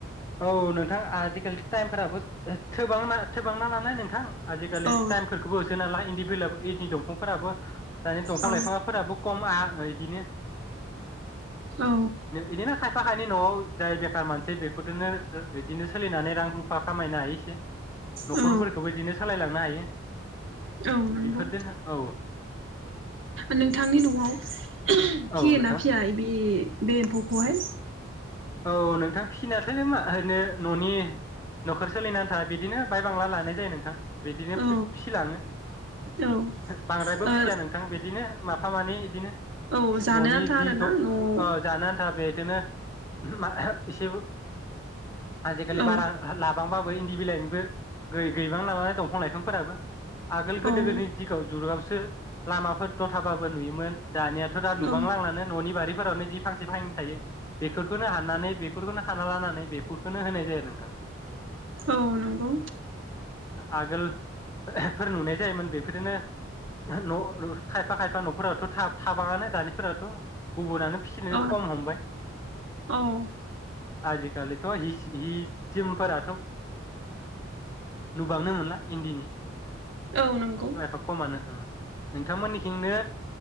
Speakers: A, on the left; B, on the right.
A: औ नोंथां आजिखालि टाइमफोराबो थोबांना थोबांना नालाय नोंथां आजिखालि
B: औ
A: टाइमफोरखौबो होसोनाला इन्दि भिलाबो इ नि दंफांफोराबो दानि दंफां
B: औ
A: लाइफाङा फोराबो खम आ दिनो
B: औ
A: इदिनो खायफा खायनै न'आव जाय बेक मानसि बे खौदोनो ओ इदिनो सोलिनानै रां रुफा खामायनो हायो इसे न'खरफोरखौबो
B: औ
A: बिदिनो सालायलांनो हायो
B: औ नंगौ
A: बेफोरदोनो औ।
B: नोंथांनि न'आव
A: औ
B: फियोना
A: नोंथां
B: फिया इबे बे एम्फौखौहाय
A: औ नोंथां फिसिनाथायालाय मा ओरैनो न'नि न'खर सोलिनो आनथा बिदिनो बाहाय बांला लानाय जायो नोंथां। बिदिनो
B: औ
A: फो फिसिलाङो
B: औ
A: बांद्रायबो
B: ओ
A: फिसिया नोंथां बिदिनो माफा मानि दिनै
B: औ जानो
A: न'नि
B: आन्था
A: जि
B: आरोना
A: द
B: न'आव
A: ओ जानो आन्था बे बिदिनो मा? इसेबो आजिखालि
B: औ
A: बारा बांबाबो इन्दि बिलाइनिबो गै-गैबां नालाय दंफां लाइफांफोराबो आगोल
B: औ
A: गोदो गोदिनि दिगाव जुरगाव सो लामाफोर दथाबाबो नुयोमोन। दानियाथ' दा नुबांलांलानो
B: औ
A: न'नि बारि फोरावनो जि फांसे फांनै थायो बे बेफोरखौनो हानानानै बेफोरखौनो खाना लानानै बेफोरखौनो होनाय जायो नोंथां।
B: औ नंगौ।
A: आगोल फोर नुनाय जायोमोन बेफोरनो न' खायफा खायफा न' फोरावथ' थाब-थाबाङानो दानिफोरा हो गुबुनानो फिसिनो
B: औ
A: कम हमबाय
B: औ।
A: आजिखालिथ' हिसि हि जोमफोराथ' नुबांनो मोनला इन्दिनि
B: औ नंगौ
A: एफा खमानो ओं नोंथांमोननिथिंनो